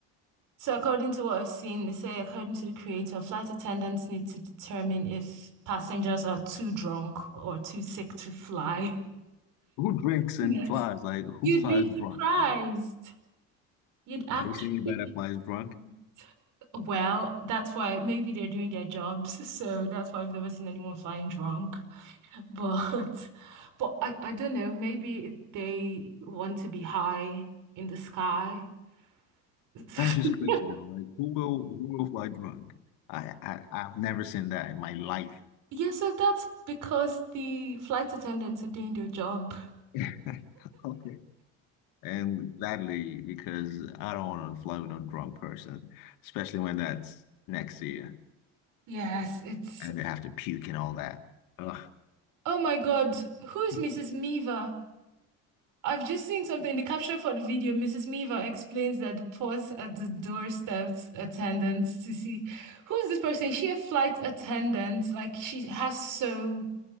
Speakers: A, on the right; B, on the left.
A: So according to what I've seen, they say according to the creator, flight attendants need to determine if passengers are too drunk or too sick to fly. <laughs>
B: Who drinks
A: Yes.
B: and flies? Like, who
A: You'd
B: flies
A: be
B: drunk,
A: surprised.
B: man?
A: You'd actually
B: Have you seen anybody
A: be
B: that flies drunk?
A: surprised. Well, that's why maybe they're doing their jobs, so that's why I've never seen anyone flying drunk. <laughs> But but I, I don't know, maybe they want to be high in the sky. <laughs>
B: That's just crazy, though. Like, who will who will fly drunk? I, I I've never seen that in my life.
A: Yeah, so that's because the flight attendants are doing their job.
B: <laughs> Okay. And gladly, because I don't want to fly with no drunk person, especially when that's next to you
A: Yes, it's
B: and they have to puke and all that. Ugh.
A: oh my God, who is
B: <laughs>
A: Mrs. Meaver? I've just seen something. The caption for the video, Mrs. Miva explains that the pause at the doorstep attendants to see who is this person? Is she a flight attendant? Like she has so